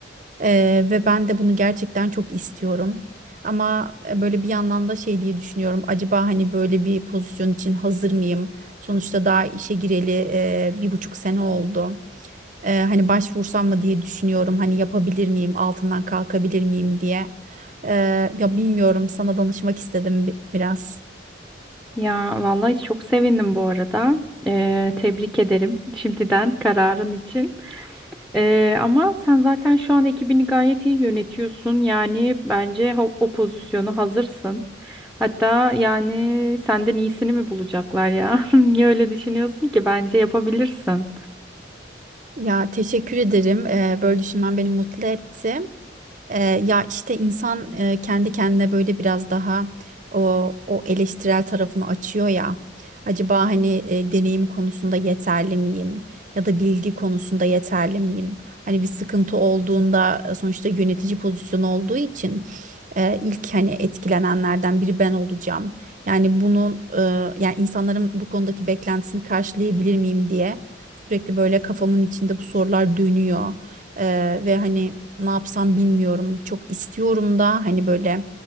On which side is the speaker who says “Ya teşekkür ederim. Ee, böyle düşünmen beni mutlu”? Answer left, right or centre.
Right